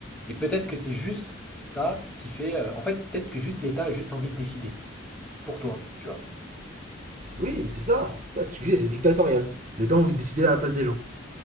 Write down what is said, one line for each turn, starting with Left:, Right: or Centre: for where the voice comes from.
Centre: Et peut-être que c'est juste ça qui fait. euh, en fait, peut-être que juste l'État a juste envie de décider pour toi, tu vois.
Right: oui, mais c'est ça. C'est ça. Excusez, c'est dictatorial. Les L'État ont envie de décider à la place des gens.